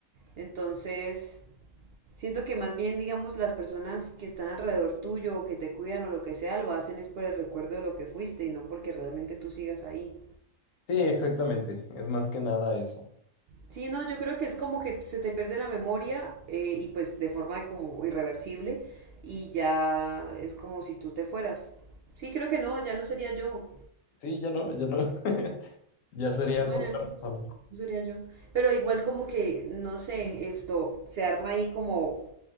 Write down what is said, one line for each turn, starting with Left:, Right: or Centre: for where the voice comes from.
Right: Entonces, siento que más bien, digamos, las personas que están alrededor tuyo o que te cuidan o lo que sea, lo hacen es por el recuerdo de lo que fuiste y no porque realmente tú sigas ahí.
Left: exactamente, es más que nada eso.
Right: Sí, no, yo creo que es como que se te pierde la memoria eh, y pues de forma como irreversible y ya es como si tú te fueras. Sí, creo que no, ya no sería yo.
Left: Sí, ya no, ya no. <laughs> Ya serías
Right: No,
Left: otra
Right: ya no sería,
Left: persona.
Right: no sería yo. Pero igual como que, no sé, esto se arma ahí como